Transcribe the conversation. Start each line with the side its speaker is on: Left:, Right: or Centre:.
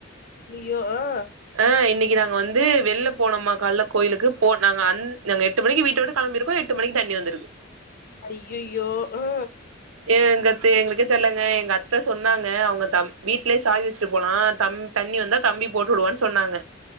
Left: ஐயியோ ஆ
Right: ஆ இன்னைக்கு நாங்க வந்து வெள்ல போனோம்மா கால்ல கோய்லுக்கு போ நாங்க அந் நாங்க எ எட்டு மணிக்கு வீட்ட விட்டு களம்பிருக்கோ எட்டு மணிக்கு தண்ணி வந்துருக்கு
Left: ஐயயோ ஆ
Right: ஏ எங்கத்தே எங்ளுக்கே தெர்லங்க எங்க அத்த சொன்னாங்க அவ்ங்க தம் வீட்லே சாவி வஸ்ட்டு போலா தம் தண்ணி வந்தா தம்பி போட்டு உடுவான் சொன்னாங்க